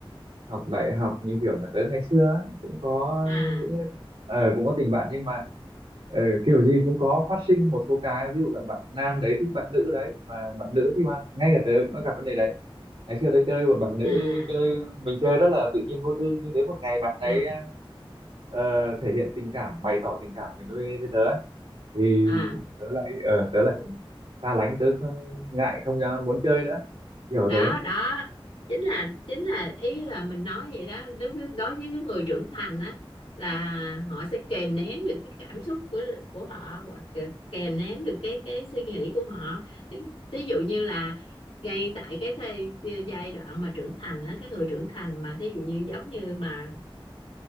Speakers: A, on the right; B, on the left.
A: học đại học như kiểu mà tới ngày xưa ấy, cũng có
B: à
A: những ờ, cũng có tình bạn nhưng mà ờ, kiểu gì cũng có phát sinh một số cái ví dụ là bạn nam đấy thích bạn nữ đấy và bạn nữ thì mà ngay cả tớ cũng đã gặp vấn đề đấy ngày xưa tớ chơi một bạn nữ
B: à
A: chơi mình chơi rất là tự nhiên vô tư nhưng đến một ngày bạn ấy
B: à
A: ờ, thể hiện tình cảm bày tỏ tình cảm của mình với với tớ thì
B: à
A: tớ lại ờ tớ lại xa lánh tớ kh- ngại không ra muốn chơi nữa kiểu
B: đó
A: thế
B: đó chính là chính là ý là mình nói vậy đó đối với, đối với cái người trưởng thành á là họ sẽ kìm nén được cái cảm xúc của của họ hoặc là kìm nén được cái cái suy nghĩ của họ ví ví dụ như là ngay tại cái thời, giai đoạn mà trưởng thành á cái người trưởng thành mà thí dụ như giống như mà